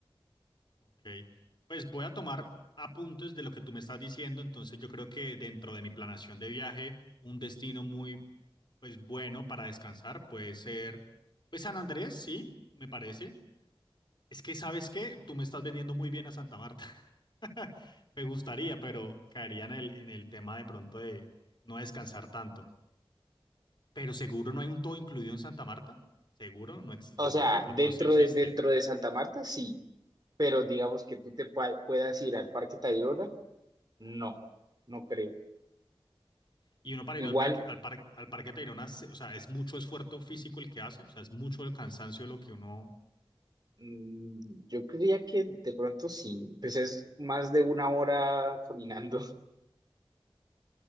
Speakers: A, on the left; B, on the right.
A: Ok, pues voy a tomar apuntes de lo que tú me estás diciendo, entonces yo creo que dentro de mi planación de viaje, un destino muy, pues bueno para descansar puede ser, pues San Andrés, sí, me parece. Es que, ¿sabes qué? Tú me estás vendiendo muy bien a Santa Marta. <laughs> Me gustaría, pero caería en el, en el tema de pronto de no descansar tanto. Pero seguro no hay un todo incluido en Santa Marta. Seguro no existe.
B: O
A: Yo
B: sea,
A: creo que de pronto
B: dentro
A: sí existe.
B: de, dentro de Santa Marta sí, pero digamos que tú te pua- puedas ir al Parque Tayrona, no, no creo.
A: Y uno para
B: Igual
A: ir al, parque, al, par- al Parque Tayrona, se- o sea, es mucho esfuerzo físico el que hace, o sea, es mucho el cansancio lo que uno...
B: Mm, Yo creía que de pronto sí, pues es más de una hora caminando. <laughs>